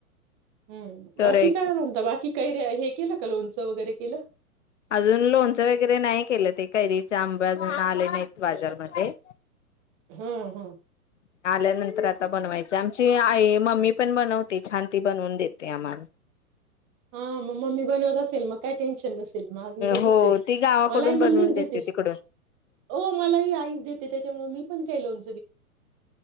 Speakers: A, on the right; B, on the left.
A: हूं
B: तर
A: बाकी
B: एक
A: काय म्हणता बा कैऱ्या हे केलं का लोणचं वगैरे केलं?
B: अजून लोणचं वगैरे नाही केलं ते कैरीचे आंब अजून आले नाहीत बाजारमध्ये.
A: हम् हम
B: आल्यानंतर आता बनवायचे आमची आई मम्मी पण बनवते छान ती बनवून देते आम्हाला
A: हा मग मम्मी बनवत असेल मग काही टेन्शन नसे माझं तसच
B: हो
A: आहे
B: ती गावाकडून
A: मलाही
B: बनवून
A: मम्मीच देते.
B: तिकडून
A: हो मलाही आईच देते त्याच्यामुळे मी पण काही लोण